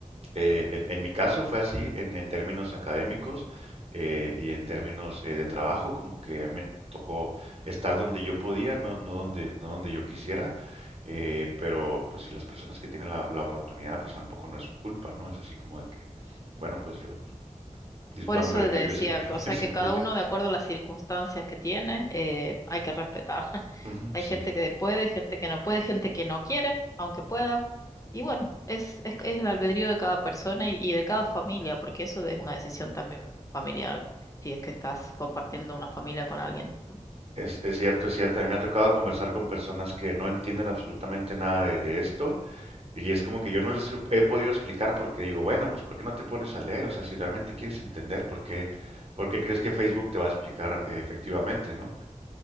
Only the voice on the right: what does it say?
eh, en, en mi caso fue así en, en términos académicos eh, y en términos eh, de trabajo, como que a mí me tocó estar donde yo podía, no, no donde, no donde yo quisiera, eh, pero pues si las personas que tienen la, la oportunidad, pues tampoco no es su culpa, ¿no? Es así como de que, bueno, pues yo, discúlpame,
pero
yo,
yo sí, <laughs>
yo sí
pude.
Ujú,
sí,
es, es cierto, es cierto. A mí me ha tocado conversar con personas que no entienden absolutamente nada de, de esto Y es como que yo no les lo he podido explicar porque digo, bueno, pues ¿por qué no te pones a leer? O sea, si realmente quieres entender, ¿por qué, por qué crees que Facebook te va a explicar eh, efectivamente, ¿no?